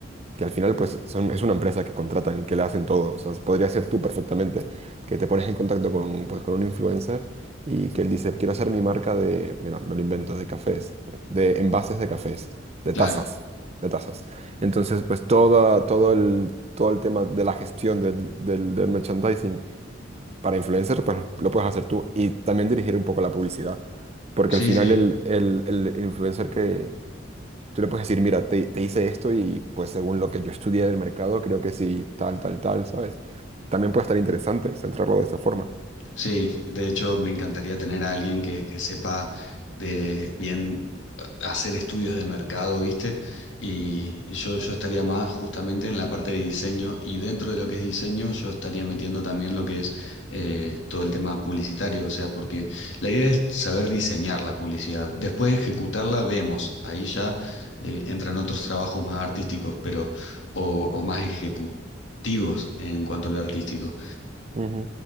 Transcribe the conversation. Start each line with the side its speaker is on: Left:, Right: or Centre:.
Right: que al final pues son- es una empresa que contratan y que le hacen todo. O sea, podría ser tú perfectamente, que te pones en contacto con, pues, con un influencer y que él dice, quiero hacer mi marca de, mira, me lo invento, de cafés, de envases de cafés, de
Left: Claro,
Right: tazas, de tazas. Entonces, pues toda, todo el, todo el tema de la gestión del, del- del merchandising para influencer, pues lo puedes hacer tú y también dirigir un poco la publicidad. Porque
Left: sí,
Right: al final
Left: sí.
Right: el, el el influencer que, Tú le puedes decir, mira, te, te hice esto y pues según lo que yo estudié del mercado, creo que sí, tal, tal, tal, ¿sabes? También puede estar interesante centrarlo de esa forma.
Left: Sí, de hecho me encantaría tener a alguien que, que sepa de bien hacer estudios de mercado, ¿viste? Y, y yo, yo estaría más justamente en la parte de diseño y dentro de lo que es diseño yo estaría metiendo también lo que es eh, todo el tema publicitario, o sea, porque la idea es saber diseñar la publicidad, después ejecutarla vemos, ahí ya eh, entran otros trabajos más artísticos, pero o, o más ejecutivos en cuanto a lo artístico.
Right: Ujú, ujú.